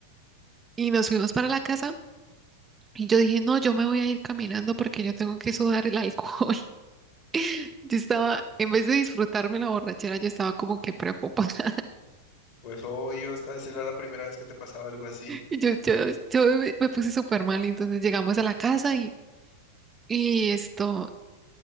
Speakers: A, on the right; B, on the left.
A: Y nos fuimos para la casa y yo dije, no, yo me voy a ir caminando porque yo tengo que sudar el alcohol. <laughs> Yo estaba, en vez de disfrutarme la borrachera, yo estaba como que preocupada.
B: Pues obvio, esta vez era la primera vez que te pasaba algo así. <laughs>
A: Y yo, yo, yo me me puse súper mal y entonces llegamos a la casa y, y esto,